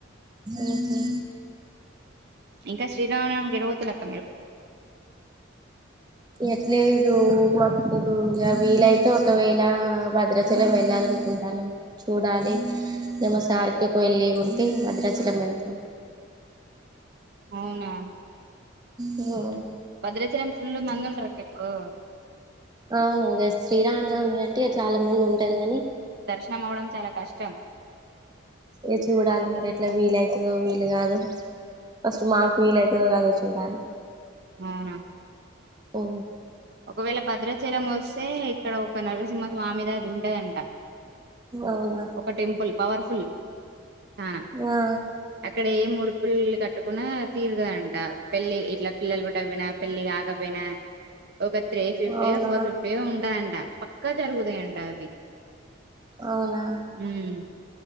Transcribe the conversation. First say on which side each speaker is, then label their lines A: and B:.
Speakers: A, on the right; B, on the right.
A: మ్మ్ హు
B: ఇంకా శ్రీరామనవమికి ఎటు వోతుల్లక్
A: ఎట్లేదు మాకు వీలైతే ఒకవేళ భద్రాచలం వెళ్ళాలను కుంటన్నాం చూడాలి మేము సార్ కి ఒకవేళ లీవ్ ఉంటే భద్రాచలం వెళ్తాం
B: అవునా
A: ఓహో
B: భద్రాచలం ఫుల్లు మంది ఉంటరు అక్క ఇప్పుడు
A: అవును ఇంగ శ్రీరామనవమి అంటే ఇగ చాలా మంది ఉంటరు కాని
B: ర్శనం అవడం చాలా కష్టం
A: ఇ చూడాలి మరి ఎట్లా వీలైతదో వీలు కాదో ఫస్ట్ మాకు వీలై తదో గాదో చూడాలి
B: అవున
A: ఉ
B: ఒకవేళ భద్రాచలం వస్తే ఇక్కడ ఒక నరసింహ స్వామి దది ఉంటదంట
A: అవునా
B: ఒక టెంపుల్ పవర్ఫుల్ చనా
A: ఆ
B: అక్కడ ఎమ్ మూడు పుల్లు కట్టుకున్నా తీరుతదంట పెళ్ళి ఇట్లా పిల్లలు పుట్టాకపోయిన పెళ్లి కాకపోయినా ఒక త్రీ ఫిఫ్టీయో
A: అవునా
B: ఫోర్ ఫిఫ్టీయో ఉంటాయంట పక్కా జరుగుతాయంట అవి
A: అవునా,
B: ఉమ్